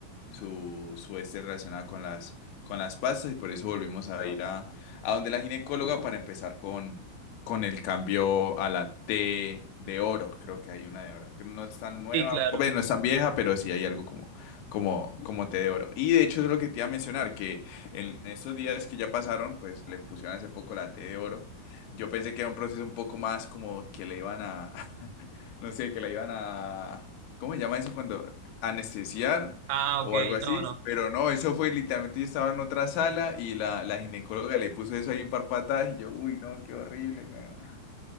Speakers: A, on the left; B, on the right.
A: su, su este relacionado con las, con las pastas y por eso volvimos a ir a, a donde la ginecóloga para empezar con, con el cambio a la T de oro, creo que hay una de oro, que no es tan nueva,
B: sí, claro.
A: bueno, no es tan vieja, pero sí hay algo como como, como té de oro. Y de hecho, eso es lo que te iba a mencionar, que en estos días que ya pasaron, pues le pusieron hace poco la té de oro. Yo pensé que era un proceso un poco más como que le iban a, <laughs> no sé, que le iban a, ¿cómo se llama eso cuando? Anestesiar
B: Ah,
A: o
B: ok,
A: algo así.
B: no, no.
A: Pero no, eso fue literalmente, yo estaba en otra sala y la, la ginecóloga le puso eso ahí en patadas y yo, uy, no, qué horrible, weón".